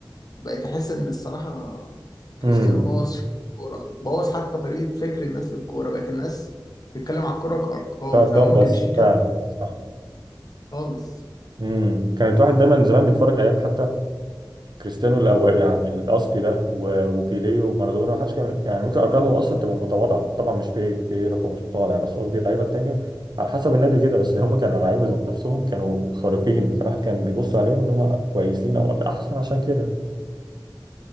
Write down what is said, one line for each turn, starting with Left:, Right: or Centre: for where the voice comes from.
Left: بقيت احس ان الصراحه كريستيانو
Right: امم
Left: بوظ الكوره بوظ حتى طريقه فكر الناس للكوره بقت الناس تتكلم على الكوره كارقام
Right: كارقام
Left: زمان ما
Right: بس
Left: كانش فيه كده
Right: فعلا صح
Left: خالص
Right: امم كانت واحد دايما زمان بيتفرج ايام حتى كريستيانو الأو... يعني الاصلي ده و... وبيليه ومارادونا ما حدش كان يعني ممكن ارقامهم اصلا تبقى متواضعه طبعا مش بيليه بيليه رقم مش متواضع بس قصدي اللعيبه التانيه على حسب النادي كده بس هم كانوا لعيبه ذات نفسهم كانوا خارقين فالواحد كان بيبص عليهم ان هم كويسين او احسن عشان كده